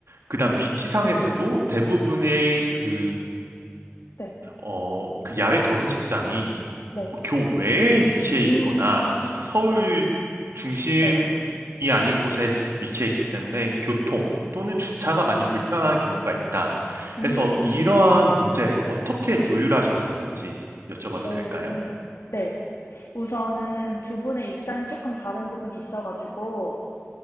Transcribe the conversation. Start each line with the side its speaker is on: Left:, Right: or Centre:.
Right: 그다음 위치상에서도 대부분의 그
Left: 네,
Right: 어 그 야외 결혼식장이
Left: 네,
Right: 어 교외에 위치해
Left: 음,
Right: 있거나 서울 중심이
Left: 네,
Right: 아닌 곳에 위치해 있기 때문에 교통 또는 주차가 많이 불편한 경우가 있다.
Left: 음,
Right: 해서 이러한 문제를 어떻게 조율하셨었는지 여쭤봐도
Left: 오,
Right: 될까요?
Left: 네. 우선은 두 분의 입장이 조금 다른 부분이 있어가지고